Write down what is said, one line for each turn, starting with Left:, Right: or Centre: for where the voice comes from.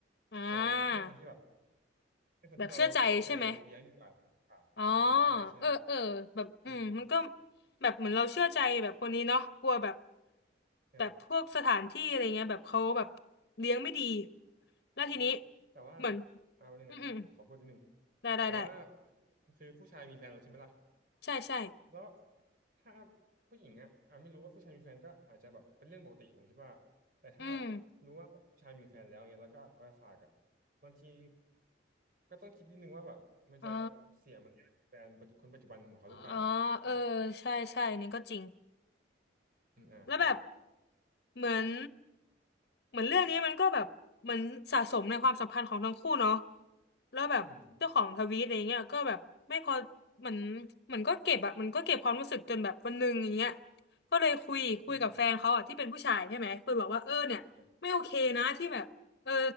Left: อ่า
Right: เราให้คนที่แบบให้คนที่เราไว้ใจเลี้ยงดีกว่าเปล่าเออใช่ใช่
Left: แบบเชื่อใจใช่ไหม อ๋อเออเออแบบอืมมันก็
Right: อืม
Left: แบบเหมือนเราเชื่อใจแบบคนนี้เนาะกลัวแบบ
Right: อ่า
Left: แบบพวกสถานที่อะไรเงี้ยแบบเขาแบบเลี้ยงไม่ดีแล้วทีนี้
Right: ใช่แต่ว่า
Left: เหมือน
Right: อ่าแป๊บนึงนะผมขอพูดนิดนึง
Left: อืมอืมได้ได้ได้
Right: แต่ว่าคือผู้ชายมีแฟนแล้วใช่ไหมล่ะ
Left: ใช่ใช่
Right: แล้วถ้าผู้หญิงอ่ะอ่ะไม่รู้ว่าผู้ชายมีแฟนก็อาจจะแบบเป็นเรื่องปกติผมคิดว่าแต่ถ้าแบบรู้ว่าผู้ชายมีแฟนแล้วเงี้ยแล้วก็เอาไปฝากอ่ะ
Left: อืม
Right: บางทีก็ต้องคิดนิดนึงว่าแบบมันจะเสียมารยาทแฟนคนปัจจุบันของเขาหรือเปล่าเออ
Left: อ๋ออ๋อเออใช่ใช่นี่ก็จริง
Right: อืมอ่าคำตอบเลย
Left: แล้วแบบเหมือนเหมือนเรื่องนี้มันก็แบบเหมือนสะสมในความสัมพันธ์ของทั้งคู่เนาะแล้วแบบเจ้าของทวีตอะไรเงี้ยก็แบบไม่พอเหมือน
Right: อืม
Left: เหมือนก็เก็บอะมันก็เก็บความรู้สึกจนแบบวันหนึ่งอย่างเงี้ยก็เลยคุยคุยกับแฟนเขาอะที่เป็นผู้ชายใช่ไหมคุยบอกว่าเออเนี่ยไม่โอเคนะที่แบบเออ
Right: อืมอืมเออ